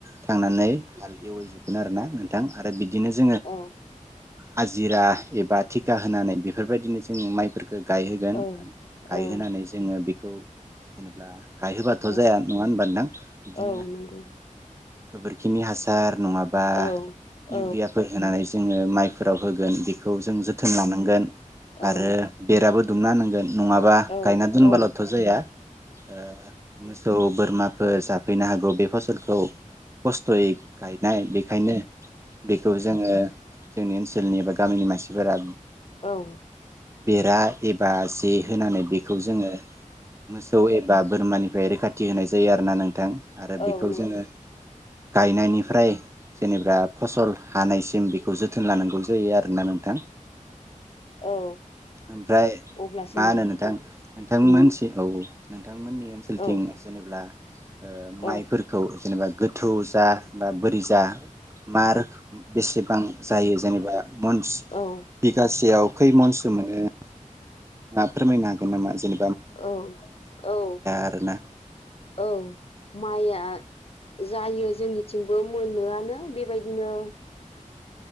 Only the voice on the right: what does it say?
थांनानै हाल एवैजोबगोन आरोना नोंथां आरो बिदिनो जों ओ
हाजिरा एबा थिखा होनानै बेफोरबायदिनो जों माइफोरखो गायहोगोन
गायहोनानै जोङो बि खौ जेनेब्ला गायहोबाथ'
जाया नङा होनबा नोथां बिदिनो
गोबोरखिनि हासार नङाबा
इउरियाफोर होनानै जोङो माइफोराव होगोन बि खौ जों जोथोन लानांगोन
आरो
बेराबो दुमना होनांगोन नङाबा
गायना दोनबाल'थ'
जाया ओ मोसौ, बोरमा फोर जाफैनो हागौ बे फसलखौ खस्थ'यै गायनाय बेखायनो बेखौ जोंनि ओनसोलनि एबा गामिनि मानसिफोरा
बेरा एबा जे होनानै बेखौ जोङो मोसौ एबा बोरमानि फ्राय रैखाथि होनाय जायो आरोना नोंथां आरो
बेखौ
जोङो गायनायनिफ्राय जेनेबा फसल हानायसिम बेखौ जोथोन लानांगौ जायो आरोना नोंथां।
ओमफ्राय
मा
होनो नोंथां नोंथांमोनसि औ नोंथांमोननि ओनसोलथिं
जेनेबा ओ
माइफोरखौ जेनेबा गोथौ जा बा बोरि जा मार बेसेबां जायो जेनेबा मनस
बिगासेयाव खैमनसो मोनो <unintelligible> <unintelligible> जेन
आरोना